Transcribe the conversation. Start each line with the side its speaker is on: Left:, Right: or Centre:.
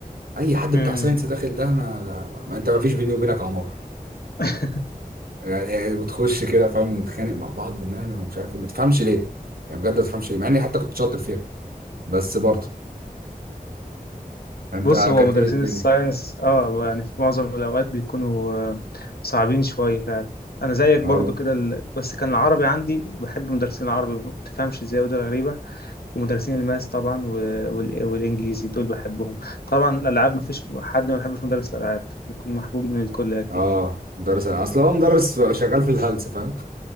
Right: اي حد
Left: مم.
Right: بتاع ساينس داخل ده انا أنا- ما انت مفيش بيني وبينك عمار
Left: <laughs>
Right: يعني وتخش كده فاهم نتخانق مع بعض ونعمل ومش عارف ايه ما تفهمش ليه يعني بجد ما تفهمش ليه مع اني حتى كنت شاطر فيها بس برضه انت
Left: بص هو
Right: كانت
Left: مدرسين
Right: ايه
Left: الساينس اه يعني في معظم الأوقات بيكونوا آه، صعبين شوية فعلا أنا زيك
Right: الدنيا
Left: برضو كده ال... بس كان العربي عندي بحب مدرسين العربي ما بتفهمش ازاي ودي غريبة ومدرسين الماس طبعا و... وال... والإنجليزي دول بحبهم طبعا الألعاب مفيش حد ما بيحبش مدرس الألعاب بيكون محبوب من الكل أكيد
Right: اه مدرس اصل هو مدرس شغال في الهلس فاهم